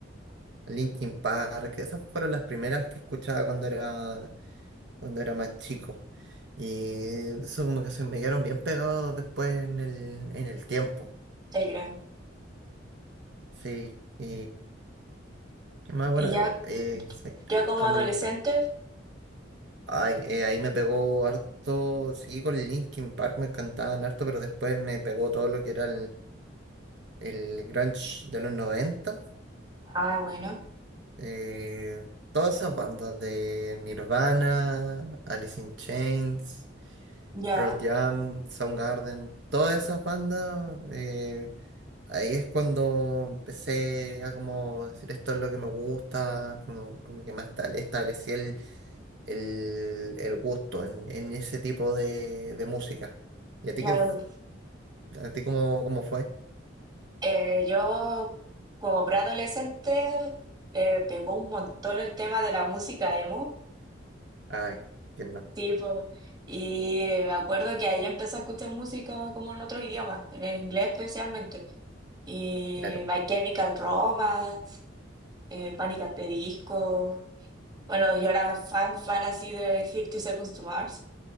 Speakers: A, on the right; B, on the right.
A: Linkin Park. Esas fueron las primeras que escuchaba cuando era, cuando era más chico. Y eso como que se me quedaron bien pegados después en el, en el tiempo.
B: te creo.
A: Sí. Y qué más bueno.
B: Y ya,
A: eh, sí,
B: yo
A: a-
B: como
A: a
B: adolescente,
A: mí lo- lo- ay, eh, ahí me pegó harto. Seguí con Linkin Park, me encantaban harto, pero después me pegó todo lo que era el grunge de los noventa
B: ah, bueno,
A: eh, todas esas bandas de Nirvana, Alice in Chains,
B: ya,
A: Pearl Jam, Soundgarden, todas esas bandas, eh, ahí es cuando empecé ya como decir esto es lo que me gusta, como, como que más tal- establecí el, el, el gusto en, en ese tipo de, de música. ¿Y a ti,
B: claro.
A: qué, a ti cómo, cómo fue?
B: Eh, yo como preadolescente eh, pegó un montón el tema de la música emo.
A: Ay, quién no,
B: Sí, po. Y eh, me acuerdo que ahí empecé a escuchar música como en otro idioma, en el inglés especialmente. Y
A: claro,
B: My Chemical Romance, eh, Panic! at the Disco. Bueno, yo era fan, fan así de Thirty Seconds to Mars.